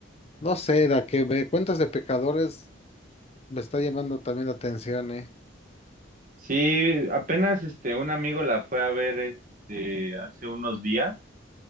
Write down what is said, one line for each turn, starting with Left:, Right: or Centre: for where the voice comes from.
Left: no sé, la que me cuentas de pecadores me está llamando también la atención, ¿eh?
Right: Sí, apenas este un amigo la fue a ver este hace unos días